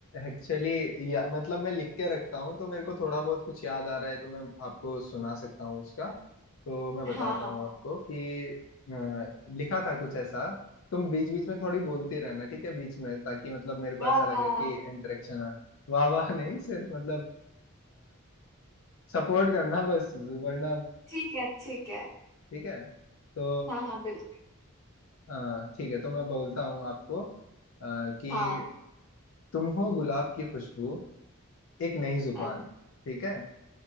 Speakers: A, on the left (about 60°); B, on the left (about 15°).
A: एक्चुअली या मतलब मैं लिख के रखता हूँ तो मेरे को थोड़ा बहुत कुछ याद आ रहा है तो मैं आपको सुना सकता हूँ उसका तो मैं बताता
B: हाँ हाँ
A: हूँ आपको
B: हाँ
A: कि अ, लिखा था कुछ ऐसा तुम बीच बीच में थोड़ी बोलती रहना ठीक है बीच में ताकि मतलब मेरे को
B: वाह
A: ऐसा लगे
B: वाह
A: कि इंटरेक्शन है वाह वाह नहीं सिर्फ मतलब सपोर्ट करना बस वरना
B: ठीक है ठीक है
A: ठीक है तो
B: हाँ हाँ बिल्कुल
A: अ, ठीक है तो मैं बोलता हूँ आपको अ, कि
B: हाँ
A: तुम हो गुलाब की खुशबू एक नई जुबान
B: अ-
A: ठीक है